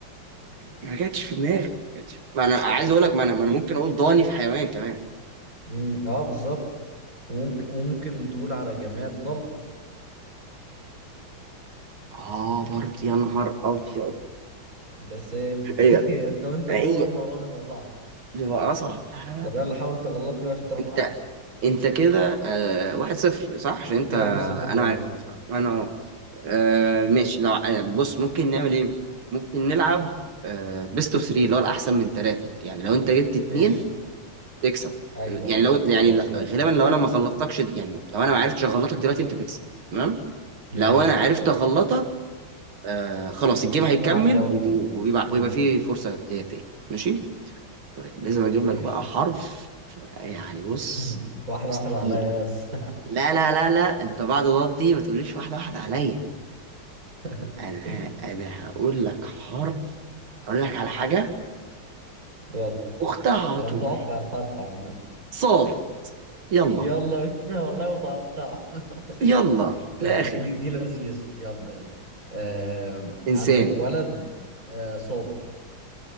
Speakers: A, on the right; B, on the right.
A: ما جاتش في دماغي ما جاتش ما أنا عايز أقول لك ما أنا ما أنا ممكن أقول ضاني في حيوان كمان
B: امم اه بالظبط وممكن وممكن تقول على جماد ضلفة
A: آه برضه يا نهار أبيض
B: بس هي بتبقى
A: هي
B: <laughs> ايه انت وانت
A: هي
B: جوه الموضوع بيبقى صعب
A: بتبقى أصعب لا لا لا
B: طب يلا حاول تغلطني بقى عشان تاخد
A: انت
B: حقك
A: انت كده آه واحد صفر صح عشان انت
B: كده واحد صفر ليا
A: انا عارف
B: اه
A: انا آه ماشي لو آه، بص ممكن نعمل ايه ممكن نلعب آه بيست اوف 3 اللي هو الاحسن من ثلاثة يعني لو انت جبت اتنين
B: ماشي
A: تكسب
B: ايوه
A: يعني
B: ايوه
A: لو يعني
B: خلاص
A: ل-
B: يلا
A: غالبا لو انا ما غلطتكش يعني لو انا ما عرفتش اغلطك دلوقتي انت تكسب تمام
B: ماشي
A: لو انا عرفت
B: يلا
A: اغلطك آه خلاص الجيم هيكمل
B: نلعب جولة
A: و-
B: كمان
A: ويبقى
B: امم
A: ويبقى فيه فرصة ليا تاني ماشي طيب لازم اجيب لك
B: ماشي
A: بقى حرف يعني بص
B: <laughs> واحدة
A: مستحيل
B: واحدة عليا بس
A: لا لا لا لا انت بعد الغلط دي ما تقوليش واحده واحده عليا
B: <laughs>
A: انا ه- انا هقول لك حرف هقول لك على حاجه
B: يلا
A: اختها على
B: انا
A: طول
B: متوقع الحرف عامة
A: صاد يلا
B: يلا بينا <laughs> والله متوقع <laughs>
A: يلا
B: طيب
A: الاخر
B: دي دي, دي لذيذ يلا يلا آه
A: انسان
B: عندك ولد آه صابر